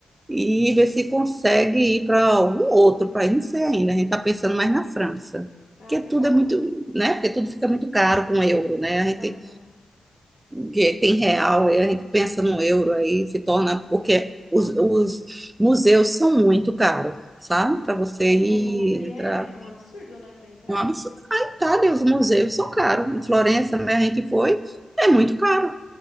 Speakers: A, on the right; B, on the left.
A: e ver se consegue ir para algum outro país, não sei ainda. A gente está pensando mais na França,
B: Ah,
A: porque
B: legal.
A: tudo é muito, né? Porque tudo fica
B: E-
A: muito caro com euro, né? A gente
B: Aham.
A: que tem real, e a gente pensa no euro aí, se torna, porque os, os museus são muito caros, sabe? Para você
B: É,
A: ir
B: o Louvre
A: entrar.
B: é é um absurdo, né, pra entrar.
A: é um absurdo. A Itália, os museus são caros. Em Florença, né, a gente foi, é muito caro.